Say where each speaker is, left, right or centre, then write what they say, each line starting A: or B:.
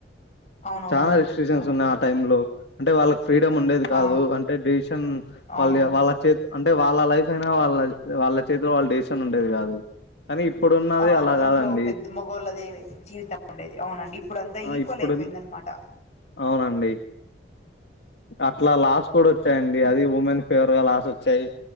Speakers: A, on the left; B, on the left.
A: అవునవునవును
B: చాలా రిస్ట్రిక్షన్స్
A: అవునండి
B: ఉన్నాయి ఆ టైమ్ లో అంటే వాళ్ళకి ఫ్రీడమ్ ఉండేది
A: ఆ
B: కాదు అంటే డిసిషన్
A: అవునవును
B: వాళ్ళ వాళ్ళ చేతి అంటే వాళ్ళ లైఫ్ అయినా వాళ్ళ వాళ్ళ చేతిలో వాళ్ళ డెసిషన్ ఉండేది కాదు కానీ ఇప్పుడున్నది
A: ఆ
B: అలా
A: ఇంట్లో
B: కాదండి
A: పెద్ద మొగోళ్ళదే జీవితం ఉండేది అవునండి ఇప్పుడు అంతా
B: ఆ
A: ఈక్వల్
B: ఇప్పుడు
A: అయిపోయిందన్నమాట
B: అవునండి అట్లా లాస్ కూడా వచ్చాయండి అది ఉమెన్ ఫేవర్ గా లాస్ వచ్చాయి